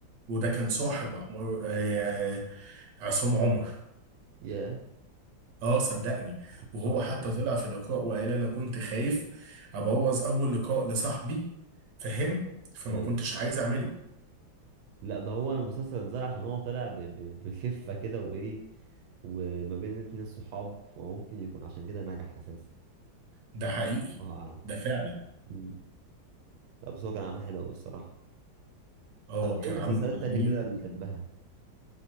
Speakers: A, on the right (about 70°); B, on the right (about 85°).
A: وده كان صاحب عمر إيه عصام عمر
B: ياه
A: اه صدقني
B: ما كنتش
A: وهو
B: عارف
A: حتى
B: الموضوع
A: طلع في اللقاء وقال انا كنت خايف ابوظ اول لقاء لصاحبي فاهم فما
B: ده. ايوه
A: كنتش عايز اعمله
B: لا ده هو المسلسل اتزرع عشان هو طلع ب... ب... بخفة كده وايه وما بين اتنين صحاب وممكن يكون عشان كده نجح اساسا
A: ده حقيقي
B: الله اعلم
A: ده فعلا
B: مم. لا بس هو كان عامل حلو قوي الصراحة
A: اه
B: طب ايه
A: كان
B: مسلسلات
A: عامله
B: تانية
A: جميل
B: كده بتحبها